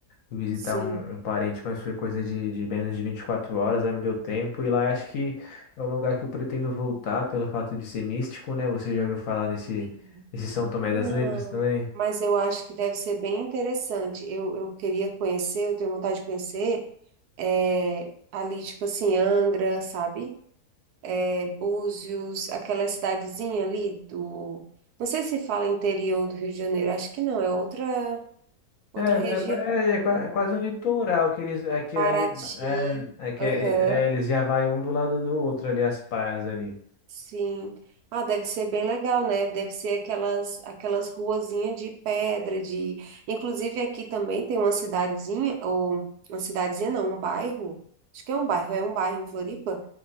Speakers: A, on the left; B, on the right.
A: visitar
B: sim.
A: um, um parente, mas foi coisa de, de menos de 24 horas, aí não deu tempo. E lá acho que é um lugar que eu pretendo voltar pelo fato de ser místico, né? Você já ouviu falar nesse,
B: Uhum.
A: nesse São Tomé
B: Não,
A: das Letras também?
B: mas eu acho que deve ser bem interessante. Eu, eu queria conhecer, eu tenho vontade de conhecer, é, ali, tipo assim, Angra, sabe? É, Búzios, aquela cidadezinha ali do. Não sei se fala interior do Rio de Janeiro, acho que não, é outra,
A: É,
B: outra região.
A: né? é, é qua- é quase um litoral que eles é que
B: Paraty,
A: aí é, é que é-
B: aham.
A: é, eles já vai um do lado do outro ali as praias ali.
B: Sim. Ah, deve ser bem legal, né? Deve ser aquelas aquelas ruazinhas de pedra, de... Inclusive aqui também tem uma cidadezinha, ou uma cidadezinha não, um bairro, acho que é um bairro, é um bairro em Floripa,